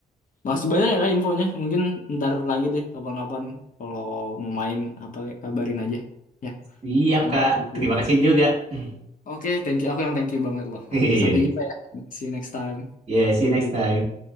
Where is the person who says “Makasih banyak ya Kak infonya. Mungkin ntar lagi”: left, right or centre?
Left